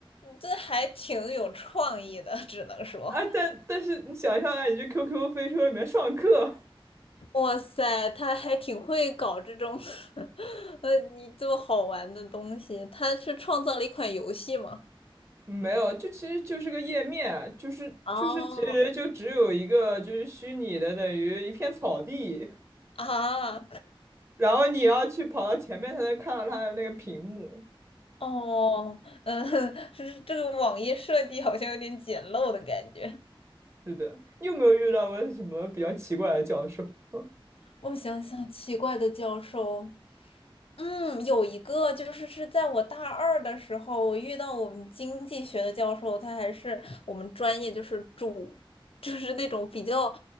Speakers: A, on the left; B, on the right.
A: 这还挺有创意的，只能说，
B: 啊，但但是你想象一下，你去 QQ 飞车里面上课，
A: 哇塞，他还挺会搞这种，<laughs> 呃，你这么好玩的东西，他是创造了一款游戏吗？
B: <laughs> 没有，就其实就是个页面，就是就是其实就只有一个就是虚拟的，
A: 哦，
B: 等于一片草地，
A: 啊，
B: 然后你要去跑到前面才能看到他的那个屏幕。
A: 哦，嗯，<laughs> 是这个网页设计好像有点简陋的感觉。
B: 是的，你有没有遇到过什么比较奇怪的教授？<laughs>
A: 我想想，奇怪的教授，嗯，有一个就是是在我大二的时候，我遇到我们经济学的教授，他还是我们专业就是主，就是那种比较，